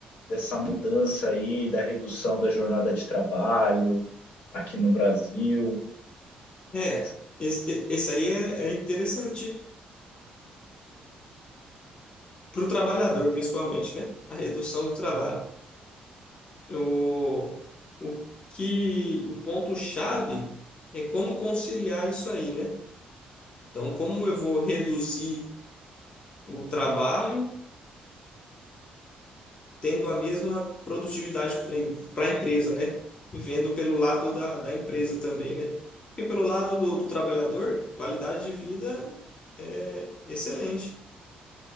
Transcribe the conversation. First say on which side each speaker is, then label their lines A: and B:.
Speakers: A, on the left (about 80°); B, on the left (about 35°).
A: dessa mudança aí, da redução da jornada de trabalho aqui no Brasil?
B: É,
A: Que que,
B: esse, esse aí é, é interessante para o trabalhador, principalmente, né? A redução do trabalho. O, o que o ponto-chave é como conciliar isso aí, né? Então, como eu vou reduzir o trabalho tendo a mesma produtividade para a empresa, né? Vendo pelo lado da, da empresa também, né? E pelo lado do, do trabalhador, qualidade de vida é excelente.